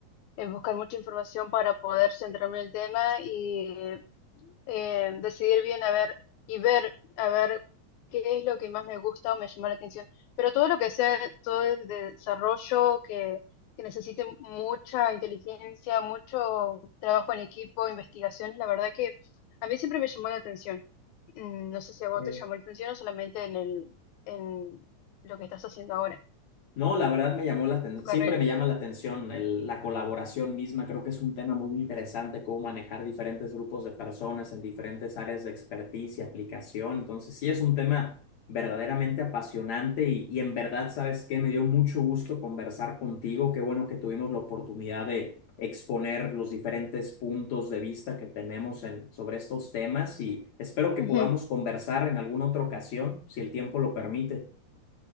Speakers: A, on the left (about 75°); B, on the left (about 60°).
A: eh, buscar mucha información para poder centrarme en el tema y eh, eh, decidir bien a ver y ver a ver qué es lo que más me gusta o me llama la atención. Pero todo lo que sea, todo el desarrollo que, que necesite mucha inteligencia, mucho trabajo en equipo, investigaciones, la verdad que a mí siempre me llamó la atención. Mm, No sé si a vos
B: Ah,
A: te llamó la atención o solamente en el, en lo que estás haciendo ahora,
B: No, la verdad me llamó la atención,
A: tu carrera.
B: siempre me llama la atención el- la colaboración misma, creo que es un tema muy interesante, cómo manejar diferentes grupos de personas en diferentes áreas de expertise y aplicación, entonces sí es un tema verdaderamente apasionante y, y en verdad, ¿sabes qué? Me dio mucho gusto conversar contigo, qué bueno que tuvimos la oportunidad de exponer los diferentes puntos de vista que tenemos en, sobre estos temas y espero que
A: Ujú.
B: podamos conversar en alguna otra ocasión, si el tiempo lo permite.